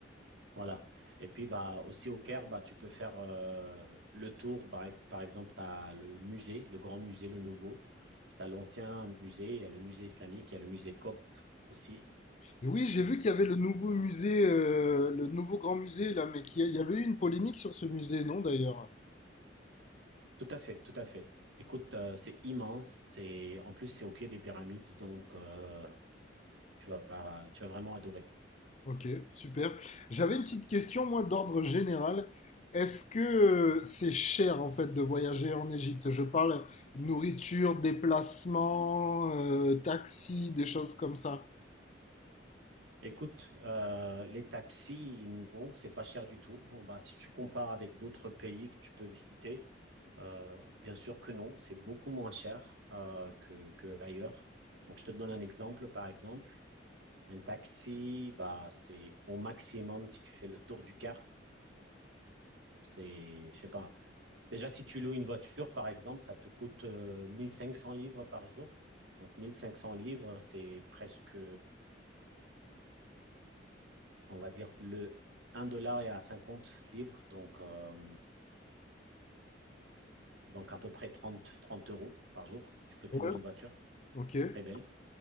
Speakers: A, on the right; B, on the left.
A: Voilà. Et puis bah aussi au Caire, bah tu peux faire euh, le tour. Par, ex- par exemple, tu as le musée, le grand musée, le nouveau. Puis tu as l'ancien musée, il y a le musée islamique, il y a le musée copte aussi.
B: Et oui j'ai vu qu'il y avait le nouveau musée euh, le nouveau grand musée là mais qu'il y a- il y avait eu une polémique sur ce musée non d'ailleurs?
A: Tout à fait, tout à fait. Écoute, euh, c'est immense. C'est en plus c'est au pied des pyramides, donc euh, tu vas tu vas vraiment adorer.
B: Ok, super. J'avais une petite question, moi, d'ordre général. Est-ce que euh, c'est cher, en fait, de voyager en Égypte? Je parle nourriture, déplacement, euh, taxi, des choses comme ça.
A: Écoute, euh, les taxis, non, c'est pas cher du tout. Bon, Bah, si tu compares avec d'autres pays que tu peux visiter, euh, bien sûr que non, c'est beaucoup moins cher euh, que, que ailleurs. Donc, je te donne un exemple, par exemple, un taxi, bah, c'est au maximum si tu fais le tour du Caire, c'est, je sais pas. Déjà, si tu loues une voiture, par exemple, ça te coûte euh, 1500 livres par jour. Donc, 1500 livres, c'est presque on va dire, le un dollar est à 50 livres, donc, euh, donc à peu près trente trente euros par jour. Tu peux te
B: Ouais.
A: louer une voiture
B: Ok. Ouais,
A: très belle